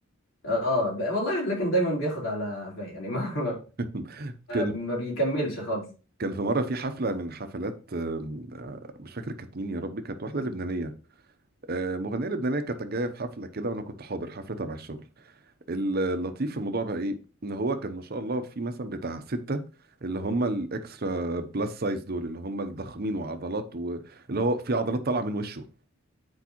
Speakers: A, on the left; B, on the right.
A: آه، ب- والله لكن دايما بياخد على قفاه يعني ما,
B: <laughs> كان
A: <laughs> ما بيكملش خالص
B: كان في مره في حفله من حفلات آم، آه، مش فاكر كانت مين يا ربي كانت واحده لبنانيه آه، مغنيه لبنانيه كانت جايه في حفله كده وانا كنت حاضر حفله تبع الشغل اللطيف في الموضوع بقى ايه ان هو كان ما شاء الله في مثلا بتاع ستة اللي هم الاكسترا بلس سايز دول اللي هم الضخمين وعضلات و... اللي هو في عضلات طالعه من وشه